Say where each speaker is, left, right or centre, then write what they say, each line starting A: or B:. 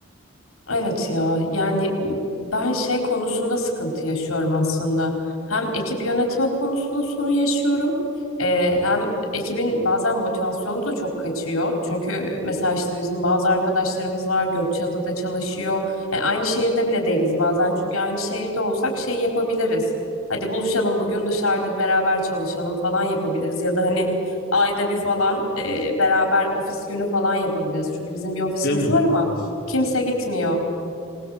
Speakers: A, on the left (about 85°); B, on the left (about 50°).
A: Evet ya yani ben şey konusunda sıkıntı yaşıyorum aslında. Hem ekip yönetme konusunda sorun yaşıyorum. Ee, hem ekibin bazen motivasyonu da çok kaçıyor. Çünkü mesela işte bizim bazı arkadaşlarımız var Gökçeada'da çalışıyor. Yani aynı şehirde bile değiliz bazen çünkü aynı şehirde olsak şey yapabiliriz. Hadi buluşalım bugün dışarıda beraber çalışalım falan yapabiliriz. Ya da hani ayda bir falan e, beraber ofis günü falan yapabiliriz. Çünkü bizim bir ofisimiz
B: Değil mi?
A: var ama
B: Evet.
A: kimse gitmiyor.